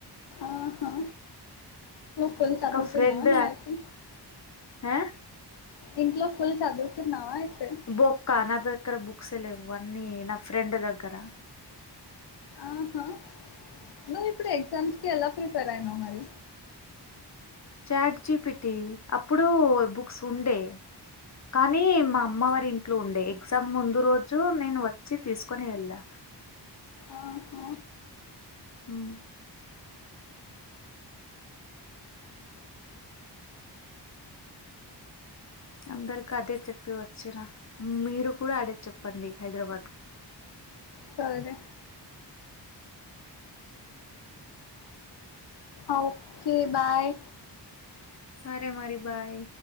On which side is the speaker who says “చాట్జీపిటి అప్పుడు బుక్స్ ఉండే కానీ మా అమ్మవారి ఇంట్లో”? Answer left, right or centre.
Left